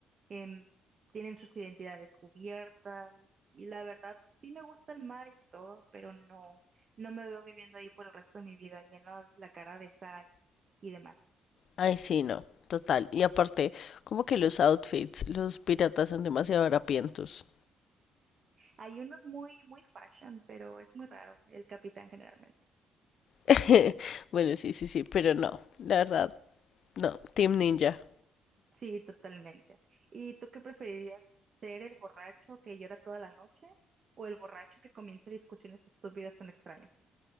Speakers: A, on the right; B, on the left.
A: em, tienen sus identidades cubiertas. Y la verdad, sí me gusta el mar y todo, pero no, no me veo viviendo ahí por el resto de mi vida, lleno la cara de sal y demás.
B: Ay, sí, no, total. Y aparte, como que los outfits, los piratas son demasiado harapientos.
A: Hay unos muy, muy fashion, pero es muy raro, el capitán generalmente.
B: <laughs> Bueno, sí, sí, sí, pero no, la verdad, no, Team Ninja.
A: Sí, totalmente. ¿Y tú qué preferirías? ¿Ser el borracho que llora toda la noche o el borracho que comienza discusiones estúpidas con extraños?